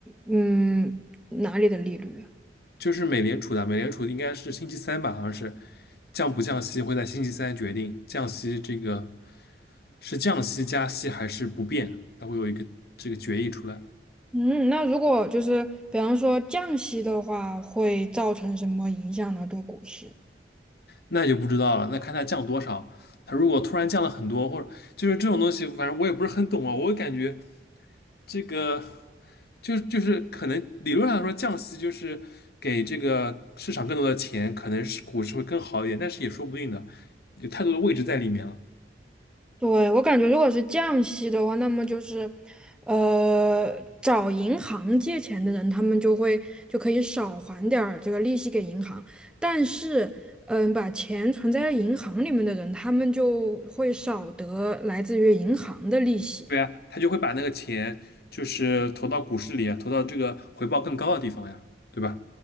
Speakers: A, in the centre; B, on the left.
A: 嗯哪里的利率啊
B: 就是美联储的，美联储应该是星期三吧，好像是降不降息会在星期三决定，降息这个是降息加息还是不变，它会有一个这个决议出来。
A: 嗯，那如果就是比方说降息的话，会造成什么影响呢？对股市？
B: 那就不知道了，那看它降多少。它如果突然降了很多，或者就是这种东西，反正我也不是很懂啊。我感觉这个就就是可能理论上来说降息就是给这个市场更多的钱，可能是股市会更好一点，但是也说不定的，有太多的位置在里面了。
A: 对，我感觉如果是降息的话，那么就是，呃，找银行借钱的人，他们就会就可以少还点儿这个利息给银行，但是，嗯、把钱存在银行里面的人，他们就会少得来自于银行的利息。
B: 对呀，他就会把那个钱就是投到股市里啊，投到这个回报更高的地方呀，对吧？